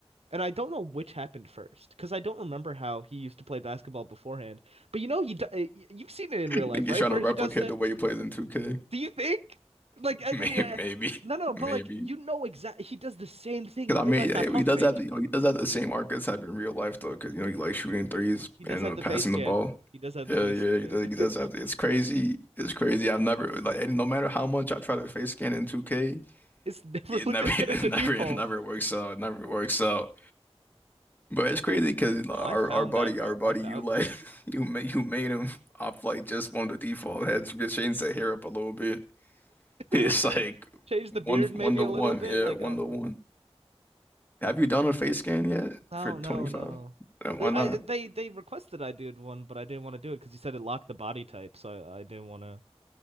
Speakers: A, on the right (about 70°); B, on the left (about 15°).
A: And I don't know which happened first, because I don't remember how he used to play basketball beforehand. But you know, he do- uh, y- you've seen it in
B: <laughs> I
A: real life,
B: think he's
A: right?
B: trying
A: Where
B: to replicate
A: he does the.
B: the way he plays in 2K.
A: Do you think? Like, I
B: May-
A: did. Uh,
B: <laughs> Maybe, maybe.
A: no, no, but
B: maybe.
A: like, you know exactly. He does the same thing
B: Cause
A: in
B: I
A: real
B: mean,
A: life.
B: yeah,
A: That
B: yeah,
A: pump
B: he does
A: fake.
B: have you know he does have the same arc as have in real life though, because you know he likes shooting threes
A: He does
B: and
A: have
B: uh,
A: the
B: passing
A: face scan.
B: the ball.
A: He does have
B: Yeah,
A: the face
B: yeah,
A: scan.
B: he does, he
A: <laughs>
B: does have it's crazy. It's crazy. I've never like and no matter how much I try to face scan in 2K,
A: It's never
B: it
A: <laughs> looked
B: never
A: as
B: <laughs>
A: good
B: it
A: as the
B: never
A: default.
B: it never works out. It never works out. But it's crazy because
A: Bro,
B: our
A: I found
B: our buddy
A: that, bro.
B: our buddy
A: I found
B: you like
A: it. <laughs>
B: <laughs> you made you made him off like just one of the default heads. Just change the hair up a little bit. <laughs>
A: It
B: It's
A: was him.
B: like
A: Change the beard
B: one
A: maybe
B: one to
A: a
B: one.
A: little bit,
B: Yeah,
A: like
B: one
A: a
B: to one. Have you done a face scan yet
A: no,
B: for 25?
A: no, no.
B: And
A: I
B: why not?
A: they they requested I did one, but I didn't want to do it because you said it locked the body type, so I, I didn't want to.